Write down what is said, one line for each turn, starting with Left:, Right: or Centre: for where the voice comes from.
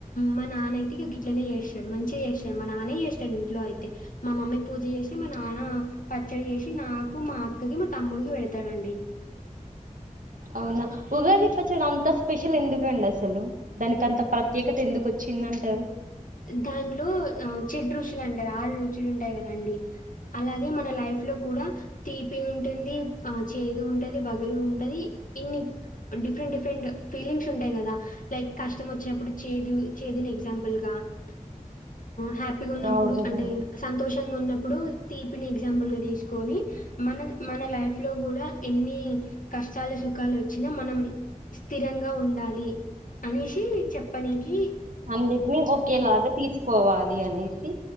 Left: మర్ నానయితిగ గిట్లనే జేస్తడు మంచిగ చేస్తాడు మా నానే చేస్తాడు ఇంట్లో అయితే, మా మమ్మీ పూజ చేస్తే మా నాన్
Right: <unintelligible>
Left: పచ్చడి జే సి నాకు, మా అక్కకి, మా తమ్ముడికి పెడతరండి.
Right: అవునా ఉగాది పచ్చడ అంత స్పెషల్ ఎందుకండసలు దానికంత ప్రత్యేకత ఎందుకొచ్చిందంటారు?
Left: దాంట్లో ఆ షడ్రుచులు అంటరు ఆరు రుచులు ఉంటయి గదండి అలాగే మన లైఫ్ లో కూడా తీపి ఉంటుంది, ఆ చేద్ ఉంటది వగరు ఉంటది ఇన్ని డిఫరెంట్ డిఫేండ్ ఫీలింగ్స్ ఉంటయి గదా లైక్ కష్టమొచ్చినప్పుడు చేదు చేదును ఎగ్జాంపుల్ గా ఆ హ్యాపిగున్నప్పుడు
Right: అవును
Left: అంటే సంతోషం ఉన్నప్పుడు తీపిని ఎగ్జాంపుల్గా తీసుకొని మన మన లైఫ్ లో గూడా ఎన్ని కష్టాలు సుఖాలొచ్చినా మనం స్థిరంగా ఉండాలి అనేసి చెప్పడానికి
Right: అన్నిటిని ఒకేలాగా తీసుకోవాలి అనేసి